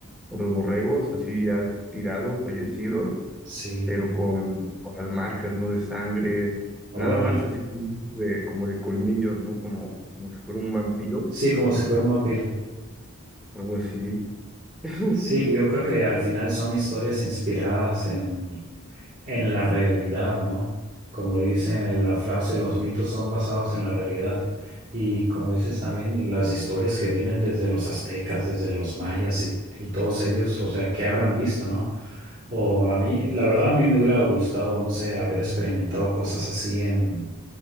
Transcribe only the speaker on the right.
Sí.
Ay,
Sí, como si fuera un vampiro.
Sí, yo creo que al final son historias inspiradas en, en la realidad, ¿no? Como dice la frase, los mitos son basados en la realidad. Y como dices también, las historias que vienen desde los aztecas, desde los mayas y, y todos ellos, o sea, ¿qué habrán visto, no? O a mí, la verdad, a mí me hubiera gustado, no sé, haber experimentado cosas así en,